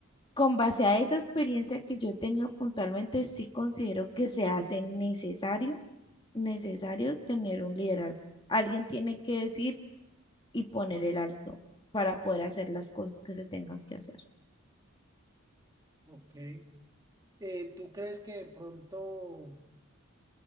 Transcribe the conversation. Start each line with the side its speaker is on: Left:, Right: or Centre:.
Left: con base a esa experiencia que yo he tenido puntualmente, sí considero que se hace necesario, necesario tener un liderazgo. Alguien tiene que decir y poner el alto para poder hacer las cosas que se tengan que hacer.
Right: ok. Eh, ¿tú crees que de pronto